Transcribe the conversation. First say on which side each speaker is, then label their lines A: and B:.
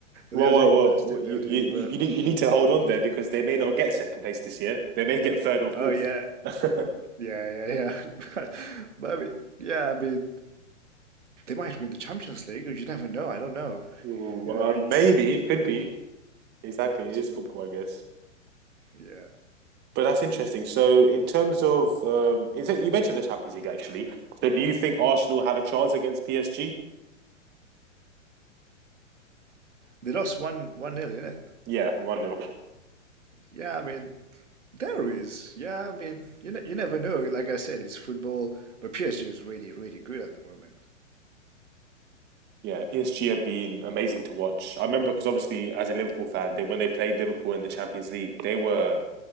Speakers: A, on the right; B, on the right.
A: well,
B: they are doing
A: well, well,
B: best.
A: well,
B: eh,
A: you
B: They are doing
A: you you
B: well.
A: need you need to hold on there because they may not get second place this year. They may get third or fourth.
B: Oh yeah,
A: <laughs>
B: yeah, yeah, yeah. <laughs> But I mean, yeah, I mean, they might win the Champions League. You never know. I don't know.
A: Ooh,
B: You
A: uh,
B: know, it's,
A: maybe
B: it's
A: it could
B: football.
A: be exactly.
B: It's
A: It is
B: football.
A: football, I guess.
B: Yeah,
A: But that's interesting. So, in terms of, um, is it, you mentioned the Champions League actually. So, do you think Arsenal have a chance against PSG?
B: they lost one one nil, didn't it?
A: Yeah, one nil.
B: Yeah, I mean, there is. Yeah, I mean, you ne you never know. Like I said, it's football. But PSG is really, really good at the moment.
A: Yeah, PSG have been amazing to watch. I remember because obviously as a Liverpool fan, they when they played Liverpool in the Champions League, they were